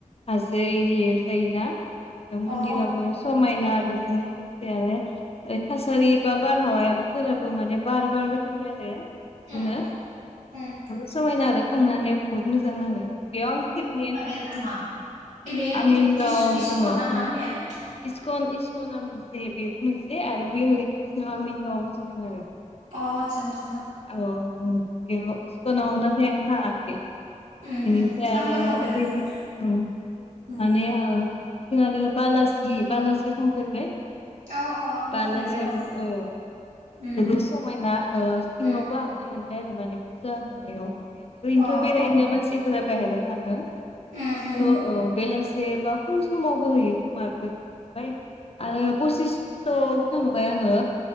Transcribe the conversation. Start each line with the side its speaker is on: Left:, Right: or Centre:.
Left: हाजो एरियायाव जायोना <inaudible> मन्दिराबो
Right: अ
Left: समायना बेजों लोगोसे आरो थासारि बा बारहावायाफोराबो माने बार बारबाय थायो आरो सुनो
Right: उम उम
Left: जोबोद
Right: अ
Left: समायना आरो थांनानै बहुद मोजां नाङो। बेयाव आं
Right: ओइ
Left: खेबनैयानो
Right: बे माबायानो
Left: थांनाय
Right: नामा
Left: जाबाय
Right: नैबे
Left: आमिनगाव
Right: इस-इस्कन
Left: दङ ओम।
Right: ना मा होननाया अ
Left: इस्कल इस सना मोनसे बेबो मोनसे आरो बे हरि कृष्ण आमिन गावथिं दङो।
Right: अ आचसा
Left: औ ओम बेयाव <unintelligible> आं थाङाखै
Right: उम
Left: इनिफ्राय
Right: उम
Left: आरो
Right: आंबो थांफेराखै
Left: ओरैनो ओम
Right: उम
Left: माने ओ थिं आरो बालाजि बालाजियाव थांफेरबाय
Right: औ आंबो
Left: बालाजियावबो
Right: थांफेरबाय दं
Left: औ
Right: उम
Left: जोबोर समायना ओ सिङावबो
Right: उम
Left: हाबनो मोनबाय आरो माने फुजा होनायाव माने ओरैनोथ'
Right: अ
Left: बेरायनो मानसिफोरा बाहेराव थाङो।
Right: उम उम
Left: थ' ओ बेलासे बा फुं समावबो होयो खोमा बेयाव <inaudible> आरो पसिस्थआव थांबाय आङो